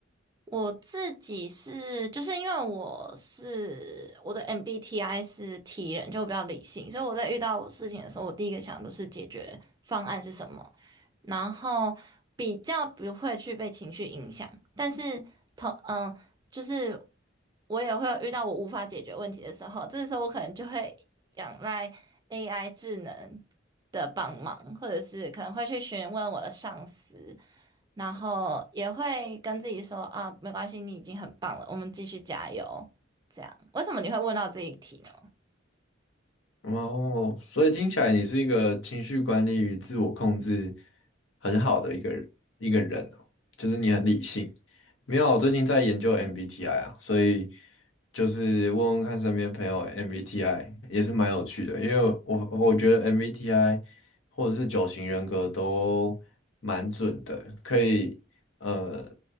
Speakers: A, on the right; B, on the left.
A: 我自己是，就是因为我是我的 MBTI 是 T 人，就比较理性，所以我在遇到事情的时候，我第一个想的都是解决方案是什么，然后比较不会去被情绪影响。但是同嗯，就是我也会有遇到我无法解决问题的时候，这时候我可能就会仰赖 AI 智能的帮忙，或者是可能会去询问我的上司。然后也会跟自己说啊，没关系，你已经很棒了，我们继续加油。这样，为什么你会问到这一题呢？
B: 哦，所以听起来你是一个情绪管理与自我控制很好的一个人一个人哦，就是你很理性。没有，我最近在研究 MBTI 啊，所以就是问问看身边朋友 MBTI 也是蛮有趣的，因为我我觉得 MBTI 或者是九型人格都蛮准的，可以呃，